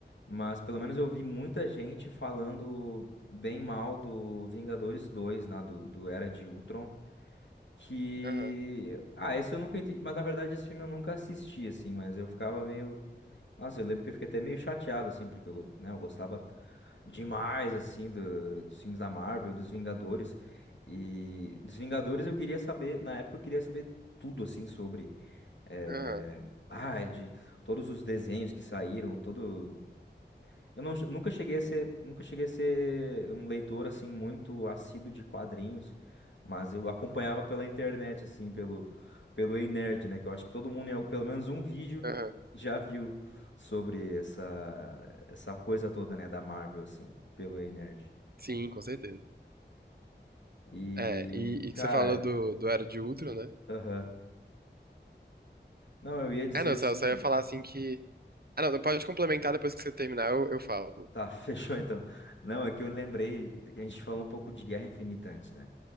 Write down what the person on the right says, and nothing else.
Aham,
aham,
aham.
Sim, com certeza.
É, e, e
que você falou do, do Era de Ultron, né?
Ah, não,
só, só ia falar assim que. Ah, não, pode complementar depois que você terminar, eu, eu falo.